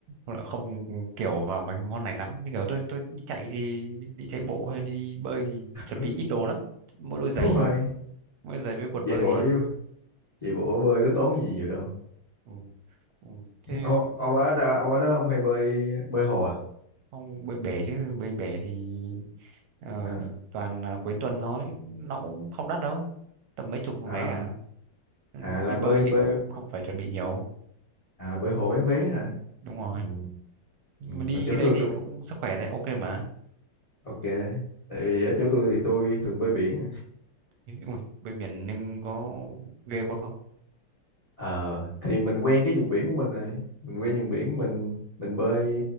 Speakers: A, on the right (about 80°); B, on the left (about 45°).
A: tôi lại không kiểu vào mấy cái môn này lắm như kiểu tôi tôi đi chạy thì đi chạy bộ hay đi bơi thì chuẩn
B: ừ,
A: bị ít đồ lắm mỗi đôi giày
B: đúng rồi
A: mỗi đôi giày với quần
B: chạy
A: bơi
B: bộ với-
A: hết
B: chạy bộ
A: ừ,
B: bơi có tốn gì nhiều đâu
A: ừ, ừ. thế
B: ông, ông ở đó ông ở đó ông hay bơi bơi hồ à
A: không bơi bể chứ bơi bể thì ờ,
B: Ờ.
A: toàn là cuối tuần thôi nó cũng không đắt đâu tầm mấy chục một
B: à
A: vé à Ừ,
B: à là
A: đi
B: bơi
A: bơi
B: bơi
A: thì cũng không không phải chuẩn bị nhiều
B: À, bơi hồ bán vé hả?
A: đúng rồi
B: Ừ.
A: Nhưng
B: ừ.
A: mà đi
B: còn chỗ
A: cái đấy
B: tôi
A: thì
B: tôi
A: cũng sức khỏe đấy ok mà
B: Ok. Tại vì ở chỗ tôi thì tôi thường bơi biển.
A: Ý, ui bơi biển nhưng có ghê quá không
B: Ờ, thì mình quen cái vùng biển của mình rồi. Mình quen vùng biển mình mình bơi.